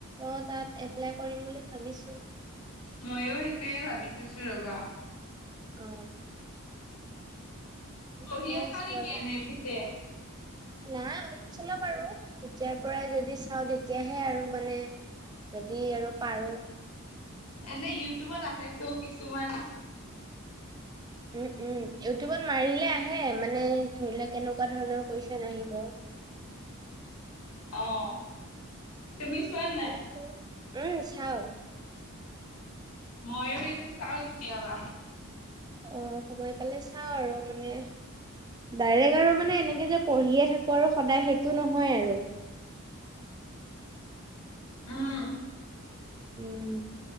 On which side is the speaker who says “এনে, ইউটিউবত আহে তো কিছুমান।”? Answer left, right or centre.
Left